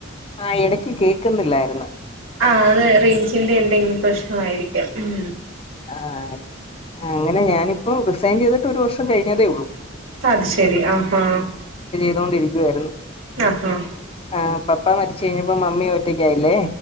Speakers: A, on the left (about 30°); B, on the right (about 80°).
A: ആഹ് എടക്ക് കേക്കുന്നില്ലായിരുന്നു.
B: ആഹ് അത് റേഞ്ചിന്റെ എന്തെങ്കിലും പ്രശ്നമായിരിക്കാം ഉം.
A: ആഹ് ആഹ് അങ്ങനെ ഞാനിപ്പോം റിസൈൻ ചെയ്തിട്ട് ഒരുവർഷം കഴിഞ്ഞതേ ഉള്ളൂ.
B: അത് ശെരി ആഹാ.
A: ണ്ടോണ്ടിരിക്കുവായിരുന്നു.
B: ആഹ് ഹ.
A: ആഹ് പപ്പ മരിച്ച് കഴിഞ്ഞപ്പോ മമ്മി ഒറ്റക്കായില്ലേ